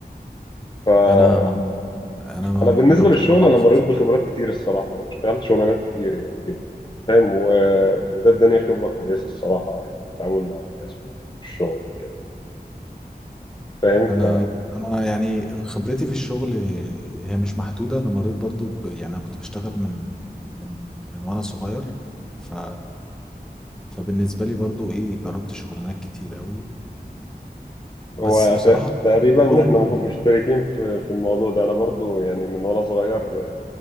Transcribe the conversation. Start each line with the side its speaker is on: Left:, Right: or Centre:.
Left: ف
Centre: انا ما انا ما
Left: انا
Centre: ما
Left: بالنسبه
Centre: جربت
Left: للشغل
Centre: ما بعرفش
Left: انا مريت بخبرات كتير الصراحه واشتغلت شغلانات كتير يعني جدا فاهم و... وده اداني خبره كويسه الصراحه يعني التعامل مع الناس والشغل وكده فاهم
Centre: انا
Left: ف
Centre: انا يعني خبرتي في الشغل هي مش محدوده انا مريت برضو ب... يعني انا كنت بشتغل من من من وانا صغير ف... فبالنسبه لي برضو ايه جربت شغلانات كتير قوي بس
Left: هو
Centre: بصراحه
Left: ت-
Centre: كل...
Left: تقريبا
Centre: كلهم
Left: احنا
Centre: مملين
Left: مخ- مشتركين في في الموضوع ده انا برضو يعني من وانا صغير